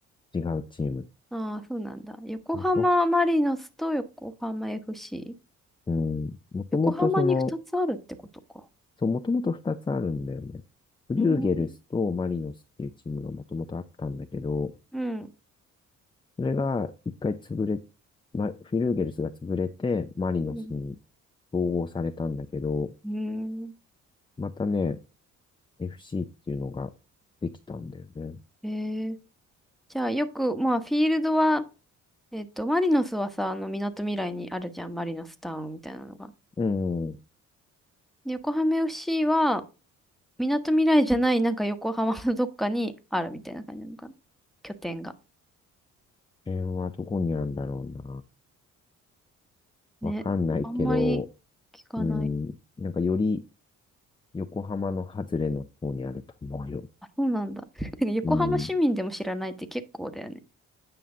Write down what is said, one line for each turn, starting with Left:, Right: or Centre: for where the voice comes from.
Left: 違うチーム。
Centre: ああー、そうなんだ。横浜マリノスと横浜
Left: ね、ご
Centre: FC。
Left: うん、もともとその、
Centre: 横浜に2つあるってことか。
Left: そう、もともと2つあるんだよね。フリューゲルスとマリノスっていうチームがもともとあったんだけど、
Centre: うーん。うん。
Left: それが一回潰れ、ま、フリューゲルスが潰れて、マリノスに
Centre: うん。
Left: 統合されたんだけど、
Centre: うーん
Left: またね、FC っていうのができたんだよね。
Centre: えー、じゃあよく、まあフィールドはえっと、マリノスはさ、あの、みなとみらいにあるじゃん、マリノスタウンみたいなのが。
Left: うん。
Centre: で、横浜 FC は、みなとみらいじゃない、なんか横浜のどっかにあるみたいな感じなのかな。拠点が。
Left: 辺はどこにあるんだろうな。
Centre: ね。
Left: わかんないけど、
Centre: あんまり聞かない。
Left: うん、なんかより横浜の外れの方にあると思うよ。
Centre: あ、そうなんだ。<laughs> てか横浜市民でも知らないって結構だよね。
Left: うん、